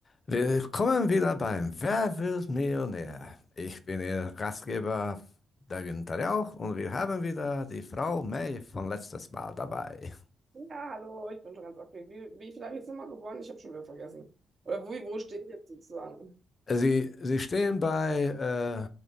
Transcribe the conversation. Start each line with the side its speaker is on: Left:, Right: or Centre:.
Left: Willkommen wieder beim Wer wird Millionär? Ich bin Ihr Gastgeber, der Günther Jauch, und wir haben wieder die Frau May von letztes Mal dabei.
Right: Ja, hallo, ich bin schon ganz aufgeregt. Wie, wie viel habe ich jetzt nochmal gewonnen? Ich habe schon wieder vergessen. Oder wo, wo stehe ich jetzt sozusagen?
Left: Sie, Sie stehen bei, äh,